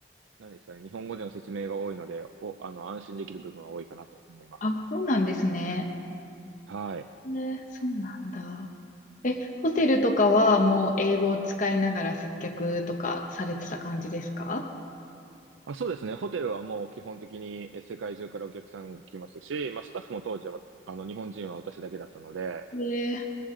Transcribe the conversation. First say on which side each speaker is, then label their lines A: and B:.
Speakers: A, on the right; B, on the left.
A: 何ですかね。日本語での説明が多いので、お、あの、安心できる部分は多いかなと思います。
B: あ、そうなんですね。
A: はい。
B: えーそうなんだ。え、ホテルとかはもう英語を使いながら接客とかされてた感じですか
A: あ、そうですね。ホテルはもう基本的にえ世界中からお客さんが来ますし、まあ、スタッフも当時は、あの、日本人は私だけだったので、
B: えー、